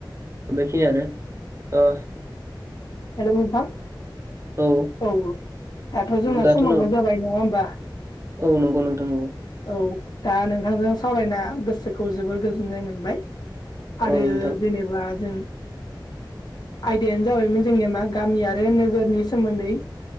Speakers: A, on the right; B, on the left.
A: बेखिनियानो ओ।
B: हेल' नोंथां
A: औ
B: औ। दाथ' जोंना
A: दाथ'
B: समावाबबो
A: नों
B: जाबाय नङा होमबा।
A: औ नंगौ नोंथां नंगौ।
B: औ दा नोंथांजों सावरायना गोसोखौ जोबोर गोजोननाय मोनबाय। आरो
A: औ नोंथां
B: जेनेबा जों। आयदायानो जाबायमोन जोंनिया मा गामि आरो नोगोरनि सोमोन्दै।